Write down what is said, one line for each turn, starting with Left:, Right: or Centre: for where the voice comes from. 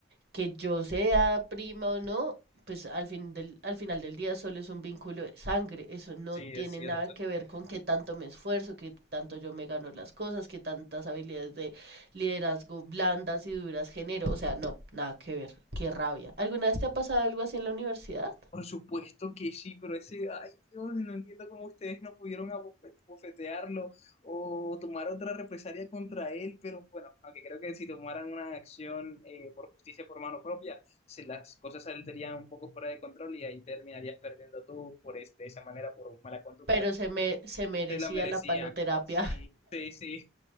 Right: que yo sea prima o no, pues al fin del, al final del día solo es un vínculo de sangre. Eso no
Left: sí,
Right: tiene
Left: es cierto.
Right: nada que ver con qué tanto me esfuerzo, qué tanto yo me gano las cosas, qué tantas habilidades de liderazgo blandas y duras genero. O sea, no, nada que ver. Qué rabia. ¿Alguna vez te ha pasado algo así en la universidad?
Left: Por supuesto que sí, pero ese, ay Dios, no entiendo cómo ustedes no pudieron abofet- bofetearlo o tomar otra represalia contra él, pero bueno, aunque creo que si tomaran una acción eh, por justicia por mano propia, se las cosas saldrían un poco fuera de control y ahí terminarías perdiendo tú por es- de esa manera por mala conducta.
Right: Pero se me, se merecía
Left: Se la merecía.
Right: la paloterapia.
Left: Sí, sí, sí.